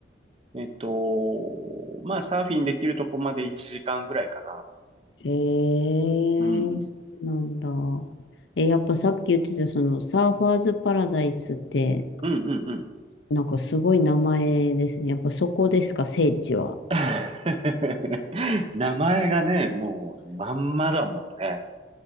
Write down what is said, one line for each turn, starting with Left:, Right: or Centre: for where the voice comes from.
Right: えっと、まあ、サーフィンできるとこまで1時間ぐらいか
Left: えー、
Right: な。うん。
Left: そうなんだ。え、やっぱさっき言ってたそのサーファーズパラダイスって、
Right: うんうんうん。
Left: なんかすごい名前ですね。やっぱそこですか、聖地は。
Right: <laughs> 名前がね、もう、まんまだもんね。